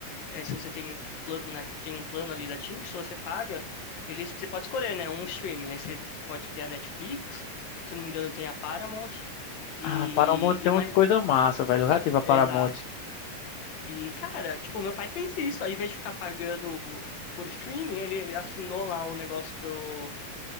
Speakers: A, on the left; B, on the left.
A: é, se você tem um plano, né, tem um plano ali da Tim que se você paga, ele você pode escolher, né? Um streaming. Aí você pode ter a Netflix, se eu não me engano, tem a Paramount. E,
B: Ah, Paramount tem
A: e mais,
B: umas coisas massa, velho. Eu já tive a Paramount.
A: exato. E, cara, tipo, meu pai fez isso. Ao invés de ficar pagando por streaming, ele assinou lá o negócio do.